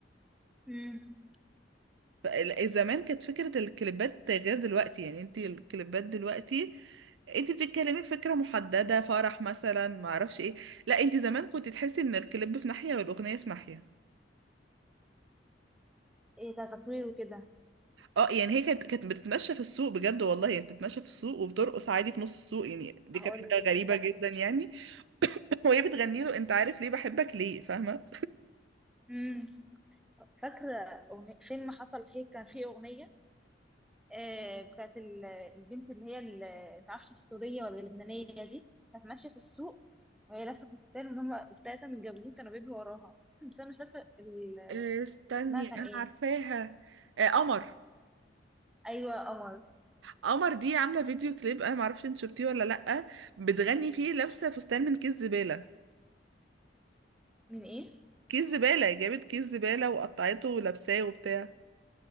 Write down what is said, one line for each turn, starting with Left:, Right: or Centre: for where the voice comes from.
Centre: امم
Right: ف- ال- زمان كانت فكرة الكليبات غير دلوقتي يعني انت الكليبات دلوقتي انت بتتكلمي فكرة محددة فرح مثلا معرفش ايه لا انت زمان كنت تحسي ان الكليب في ناحية والأغنية في ناحية
Centre: ايه ده تصوير وكده
Right: اه يعني هي كانت كانت بتتمشى في السوق بجد والله يعني بتتمشى في السوق وبترقص عادي في نص السوق يعني دي
Centre: هقول
Right: كانت حاجة
Centre: لك
Right: غريبة
Centre: كان
Right: جدا يعني <laughs> وهي بتغني له انت عارف ليه بحبك ليه فاهمة
Centre: امم فاكره أغنية فيلم حصل خير كان فيه اغنيه آه بتاعت ال- البنت اللي هي ال- معرفش السوريه ولا اللبنانيه دي كانت ماشيه في السوق وهي لابسه فستان وهم التلاته متجوزين كانوا بيجوا وراها بس انا مش فاكره ال-
Right: آه، استني
Centre: اسمها كان
Right: انا
Centre: ايه
Right: عارفاها آه، قمر
Centre: ايوه قمر
Right: قمر دي عامله فيديو كليب انا معرفش انت شفتيه ولا لا بتغني فيه لابسه فستان من كيس زباله
Centre: من ايه
Right: كيس زباله جابت كيس زباله وقطعته ولابساه وبتاع